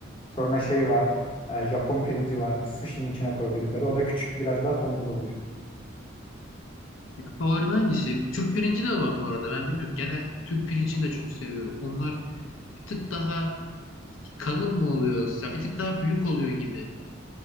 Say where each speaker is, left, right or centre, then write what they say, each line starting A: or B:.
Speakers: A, on the left; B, on the left.
A: Sonra şey var. e, Japon pirinci var. Bu sushi'nin içine koydukları. O da küçük biraz daha tombul oluyor.
B: Ya favorim hangisi? Türk pirinci de var bu arada. Ben bilmiyorum. Genel Türk pirincini de çok seviyorum. Onlar bir tık daha kalın mı oluyor? Ya bir tık daha büyük oluyor gibi